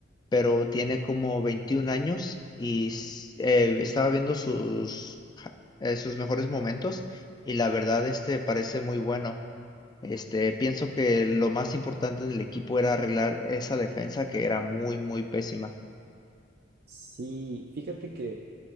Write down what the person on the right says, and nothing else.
Sí, fíjate que